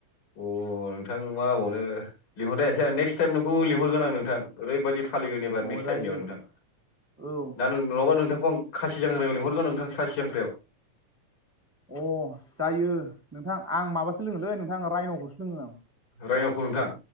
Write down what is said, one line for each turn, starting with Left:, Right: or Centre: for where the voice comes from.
Left: अ नोंथां मा आबावनो लिंहरनोयासै आरो नेक्स टाइम नोंखौ लिंहरगोन आं नोंथां ओरैबायदि फालिगोन एबार नेक्सट
Centre: अ जायो
Left: टाइमनियाव नोंथां
Centre: औ
Left: ना नङाबा नोंथांखौ आं खासि जांख्रायाव लिंहरगोन नोंथां खासि जांख्रायाव
Centre: अ जायो नोंथां आं माबासो लोङोलै नोंथां रायन'खौसो लोङो आं
Left: रायनावखौ नोंथां